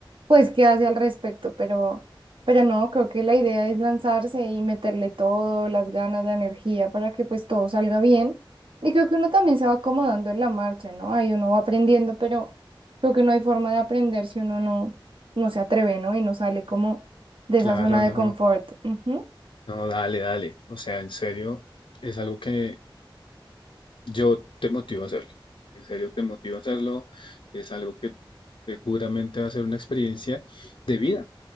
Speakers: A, on the right; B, on the left.
A: pues qué hace al respecto. Pero, pero no, creo que la idea es lanzarse y meterle todo, las ganas, la energía para que pues todo salga bien. Y creo que uno también se va acomodando en la marcha, ¿no? Ahí uno va aprendiendo, pero creo que no hay forma de aprender si uno no, no se atreve, ¿no? Y no sale como de
B: Claro,
A: esa zona
B: no,
A: de confort. Ujú.
B: no, dale, dale. O sea, en serio, es algo que yo te motivo a hacerlo. En serio, te motivo a hacerlo. Es algo que seguramente va a ser una experiencia de vida.